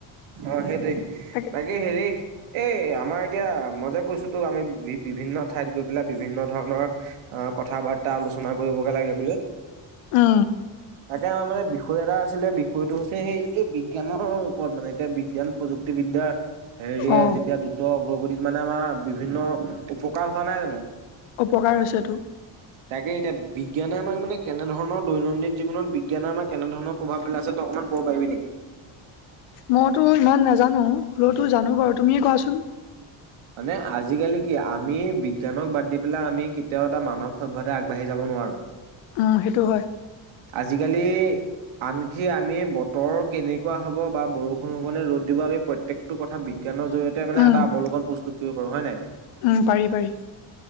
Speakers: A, on the right (about 80°); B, on the left (about 80°).
A: অ সেইটেই
B: তাকে
A: বাকী হেৰি এই আমাৰ এতিয়া মজে কৈছো তো আমি বি বিভিন্ন ঠাইত গৈ পেলাই বিভিন্ন ধৰণৰ অ কথা বাৰ্তা আলোচনা কৰিবগে লাগে বুলি
B: অ
A: এতিয়া আমাৰ মানে বিষয় এটা আছিলে বিষয়টো হৈছে সেই এই বিজ্ঞানৰ ওপৰত মানে বিজ্ঞান প্ৰযুক্তি বিদ্যাৰ হেৰিয়ে
B: অঁ
A: যেতিয়া দ্ৰুত উ্ৰগতিত মানে আমাৰ বিভিন্ন উপকাৰ হোৱা নাই জানো
B: উপকাৰ হৈছেতো
A: তাকে এতিয়া বিজ্ঞান আমাক মানে কেনেধৰনৰ দৈনন্দিন জীৱনত বিজ্ঞানে আমাক কেনেধৰণৰ প্ৰভাৱ পেলাইছে ত অকণমান'ব পাৰি নেকি
B: মইতো ইমান নাজানো। হ'লেওতো জানো বাৰু তুমিয়ে কোৱাচোন?
A: মানে আজিকালি কি আমি বিজ্ঞানক বাদ দি পেলাই আমি কেতিয়াও এটা মানৱ সভ্যতা আগবাঢ়ি যাব নোৱাৰো
B: উম সেইটো হয়
A: আজিকালি আনকি আমি বতৰ কেনেকুৱা হ'ব বা বৰষুণ হবে ৰ'দ দিব আমি প্ৰত্যেকটো কথা বিজ্ঞান জ্ঞানৰ জৰিয়তে মানে
B: উম
A: এটা অৱলকন প্ৰস্তুত কৰিব পাৰো হয় নাই।
B: উম পাৰি পাৰি